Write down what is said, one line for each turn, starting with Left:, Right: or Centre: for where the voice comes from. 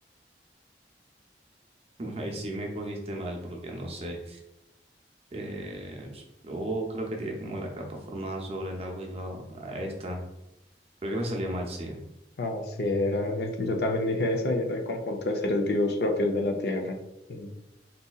Right: <laughs> Ahí sí me cogiste mal porque no sé. Eh, yo creo que diría como la capa formada sobre el agua y va a esta. Creo que me salió mal, sí.
Left: Ah, sí, era, yo también dije esa y era el conjunto de seres vivos propios de la Tierra. Mm,